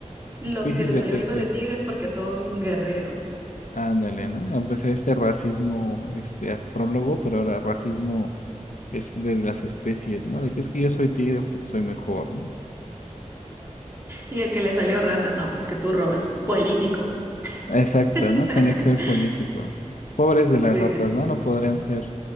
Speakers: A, on the right; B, on the left.
A: los
B: Pisces
A: que le
B: Detective.
A: salió algo de tigres porque son guerreros.
B: Ándale, ¿no? Empecé este racismo, este astrólogo, pero ahora racismo es de las especies, ¿no? De que es que yo soy tigre porque soy mejor, ¿no?
A: Y el que le salió rata, no, pues que tú robas, político.
B: Exacto,
A: <laughs>
B: ¿no? Tenía que ser político. Pobres de las
A: Sí,
B: ratas, ¿no? No podrían ser